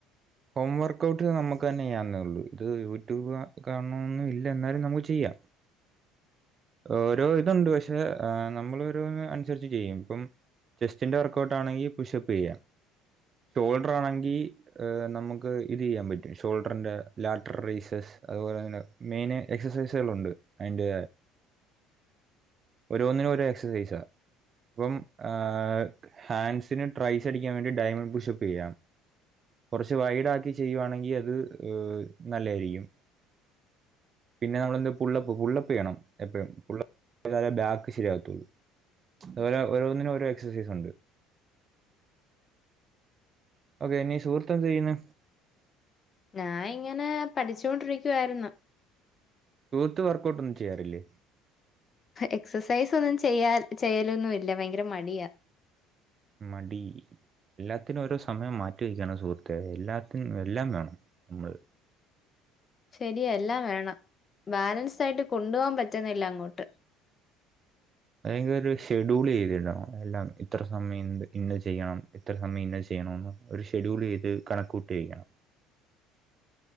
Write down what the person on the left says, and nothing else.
ഞാ ഇങ്ങനെ പഠിച്ചുൊണ്ടിരിക്കുവായിരുന്നു
എക്സസൈസ് ഒന്നും ചെയ്യാൽ ചെയ്യലൊന്നുമ ഇല്ല ഭയങ്കര മടിയാ
ശരിയ എല്ലാം വേണം ബാലൻസ് ആയിട്ട് കൊണ്ടപോവാൻ പറ്റുന്നില്ല അങ്ങോട്ട്